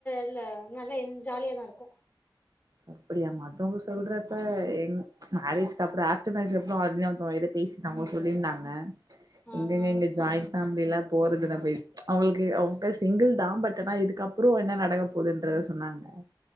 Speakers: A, on the left; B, on the right.
A: இல்ல நல்லா இன் ஜாலியாதா இருக்கு
B: அப்டியா மத்தவங்க சொல்றப்ப யங் மேரேஜ்க்கப்பறோ ஆஃப்டர் மேரேஜ்க்கப் றோ அதுதா ஒருத்தோங்க என்ட்ட பேசினவங்க அவங்க சொல்லிருந்தாங்க
A: ஆ
B: எங்கேங்க
A: ஆ
B: இங்க ஜாயின்ட் ஃபேமிலில போறதுன்ன போய் அவங்களுக்கு அவுங்க சிங்கிள்தா பட் ஆனா இதுக்கப் புறோ என்ன நடக்க போகுதுன்றத சொன்னாங்க